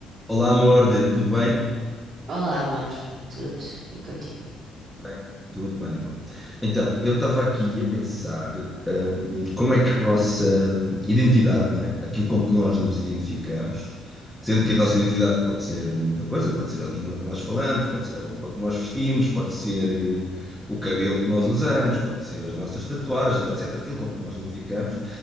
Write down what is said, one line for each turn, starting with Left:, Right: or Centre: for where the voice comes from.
Centre: Olá, amor, tudo bem?
Right: Olá, amor. Tudo e contigo?
Centre: Bem, tudo bem, amor. Então, eu estava aqui a pensar, hum, como é que a nossa identidade, não é? Aquilo com que nós nos identificamos, sendo que a nossa identidade pode ser muita coisa, pode ser a língua que nós falamos, pode ser a roupa que nós vestimos, pode ser, eh, o cabelo que nós usamos, pode ser as nossas tatuagens, etc. Aquilo com que nós identificamos,